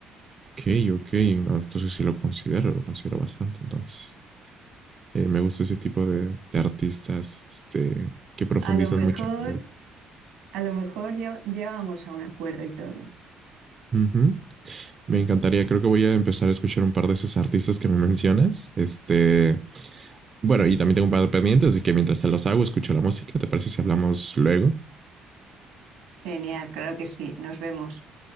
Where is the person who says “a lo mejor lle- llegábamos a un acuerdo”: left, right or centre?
Right